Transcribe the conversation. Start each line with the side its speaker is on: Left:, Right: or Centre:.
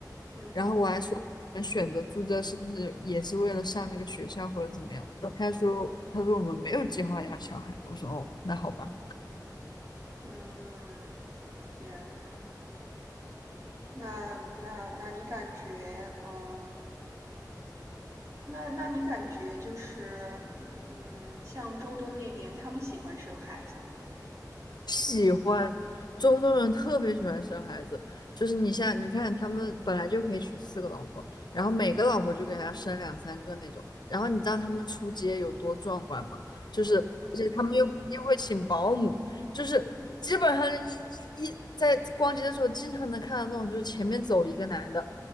Right: 嗯哼，
Left: 然后我还说，我们选择住这是不是也是为了上这个学校或者怎么样？他说，他说我们没有计划要小孩。我说，哦，那好吧。
Right: 嗯，天呐，那那那你感觉，嗯，那那你感觉就是，嗯，像中东那边，他们喜欢生孩子吗？
Left: 喜欢，中东人特别喜欢生孩子，就是你像你看他们本来就可以娶四个老婆，然后每个老婆就给他生两三个那种。然后你知道他们出街有多壮观吗？就是，而且他们又又会请保姆，就是基本上是一一一在逛街的时候经常能看到那种，就是前面走一个男的。